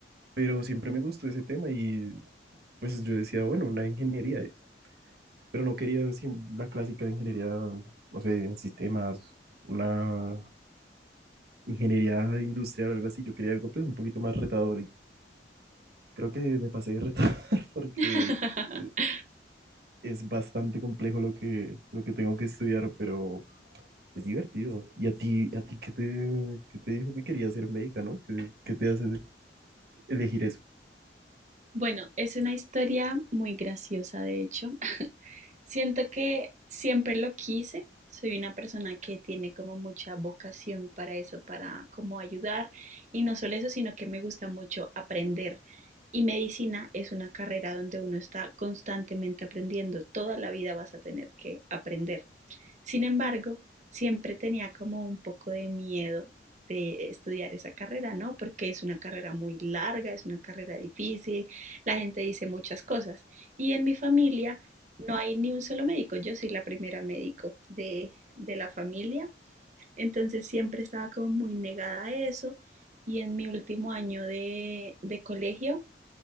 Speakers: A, on the right (about 60°); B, on the right (about 40°).
A: pero siempre me gustó ese tema y pues yo decía, bueno, una ingeniería. Pero no quería sí, la clásica de ingeniería, no sé, en sistemas, una ingeniería industrial o algo así. Yo quería algo pues, un poquito más retador y creo que me pasé de retar <laughs> porque
B: <laughs>
A: eh, es bastante complejo lo que, lo que tengo que estudiar, pero es divertido. ¿Y a ti, a ti qué te, qué te dijo que querías ser médica, ¿no? ¿Qué, qué te hace elegir eso?
B: Bueno, es una historia muy graciosa, de hecho. Siento que siempre lo quise. Soy una persona que tiene como mucha vocación para eso, para como ayudar. Y no solo eso, sino que me gusta mucho aprender. Y medicina es una carrera donde uno está constantemente aprendiendo. Toda la vida vas a tener que aprender. Sin embargo, siempre tenía como un poco de miedo de estudiar esa carrera, ¿no? Porque es una carrera muy larga, es una carrera difícil, la gente dice muchas cosas. Y en mi familia no hay ni un solo médico, yo soy la primera médico de, de la familia, entonces siempre estaba como muy negada a eso. Y en mi último año de, de colegio